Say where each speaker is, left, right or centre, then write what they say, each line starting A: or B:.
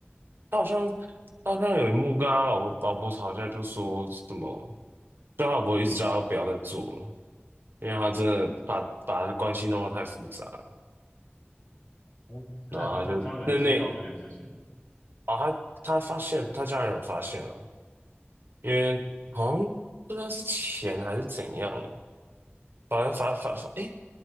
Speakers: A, on the right; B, on the left.
A: 他好像他好像有一幕跟他老老婆吵架，就说什么，就他老婆一直叫他不要再做了，因为他真的把把他关系弄得太复杂了
B: 哦，
A: 然后他就那那
B: 他有让他家人知道这件事情。
A: 哦，他他发现他家人有发现了。因为好像不知道是钱还是怎样了，反正发发发，哎，